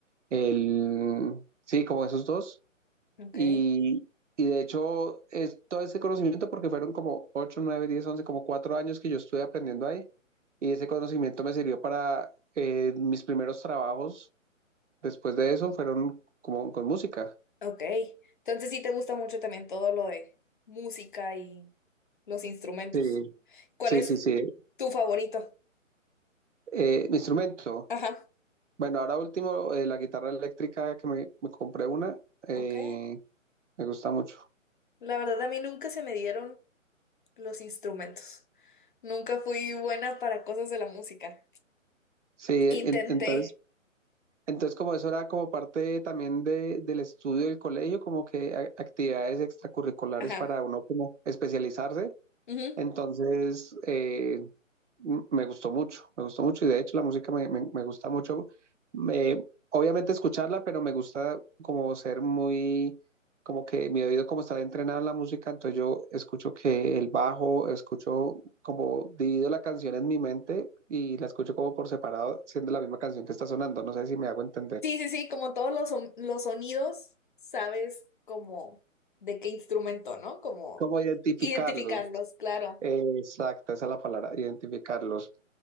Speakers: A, on the right (about 60°); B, on the left (about 40°).
A: el... Sí, como esos dos.
B: Ok.
A: Y, y de hecho, es todo ese conocimiento, porque fueron como 8 9 10 11 como 4 años que yo estuve aprendiendo ahí. Y ese conocimiento me sirvió para eh, mis primeros trabajos. Después de eso fueron como con música.
B: Ok. Entonces sí te gusta mucho también todo lo de música y los instrumentos.
A: Sí,
B: ¿Cuál
A: sí,
B: es
A: sí, sí.
B: tu favorito?
A: Eh, mi instrumento.
B: Ajá.
A: Bueno, ahora último, eh, la guitarra eléctrica que me, me compré una, eh,
B: Ok.
A: me gusta mucho.
B: La verdad a mí nunca se me dieron. los instrumentos. Nunca fui buena para cosas de la música.
A: Sí,
B: Intenté.
A: en- entonces Entonces, como eso era como parte también de, del estudio del colegio, como que a- actividades extracurriculares
B: Ajá.
A: para uno como especializarse.
B: Ujú.
A: Entonces, eh, m- me gustó mucho, me gustó mucho y de hecho la música me, me- me gusta mucho. Me- obviamente escucharla, pero me gusta como ser muy, como que mi oído como está entrenado en la música, entonces yo escucho que el bajo, escucho como divido la canción en mi mente y la escucho como por separado, siendo la misma canción que está sonando. No sé si me hago entender.
B: Sí, sí, sí, como todos los, son- los sonidos, sabes como de qué instrumento, ¿no? Como
A: Como identificarlos.
B: identificarlos, claro.
A: Exacto, esa es la palabra, identificarlos.